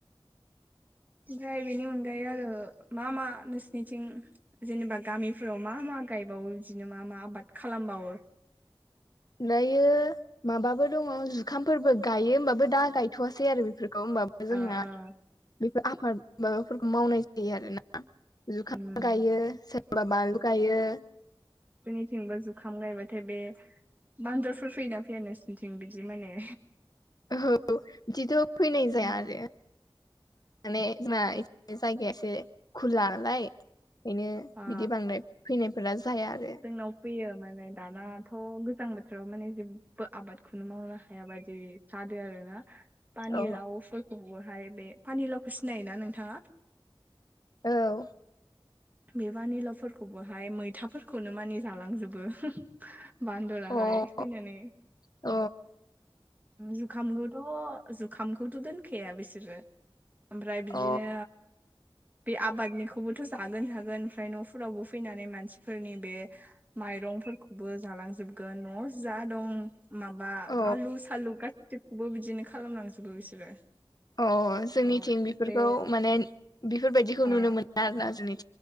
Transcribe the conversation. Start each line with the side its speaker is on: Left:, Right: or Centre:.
Right: ओमफ्राय बेनि अनगायै आरो मा मा नोंसनिथिं जेनेबा गामिफोराव मा मा गायबावो बिदिनो मा मा आबाद खालामबावो
Left: दायो माबाबो दङ जुखामफोरबो गायो होमबाबो दा गायथ'वासै आरो बेफोरखौ होमबा बो जोंहा
Right: ओ ओ
Left: बेफोर आफाद माबाफोरखौ मावनाय गायो आरोना जुखाम
Right: उम
Left: गायो सोरबा बानलु गायो।
Right: जोंनि थिंबो जुखाम गायबाथाय बे बान्दरफोर फैयोना फैया नोंसोरनिथिं बिदि माने
Left: औ बिदिथ' फैनाय जाया
Right: ओ
Left: आरो माने जोंना जायगाया एसे खुला नालाय ओंखायनो
Right: ओ
Left: बिदि बांद्राय फैनायफोरा जाया आरो
Right: जोंनाव फैयो माने दानाथ' गोजां बोथोराव माने जेबो आबादखौनो मावनो हाया बायदि फानो आरोना पानिलावफोरखौबोहाय
Left: अ
Right: बे पानिलावखौ सिनायोना नोंथाङा?
Left: औ
Right: बे बानिलाव फोरखौबोहाय मैथाफोरखौनो मानि जालां जोबो। बान्दराहाय
Left: औ
Right: फैनानै
Left: अ
Right: जुखामगोन थ' जुखामखौथ' दोनखाया बिसोरो ओमफ्राय बिदिनो
Left: अ
Right: बे आबादनिखौबोथ' जागोन जागोन ओमफ्राय न'फोरावबो फैनानै मानसिफोरनि बे माइरंफोरखौबो जालांजोबगोन न'आव जा दं माबा
Left: अ
Right: आलु सालु गासिखौबो बिदिनो खालामलांजोबो बिसोरो
Left: अह जोंनिथिं
Right: थ'
Left: बेफोरखौ
Right: एसे
Left: माने बेफोरबादिखौ
Right: ओ
Left: नुनो मोनो आरोना जोंनि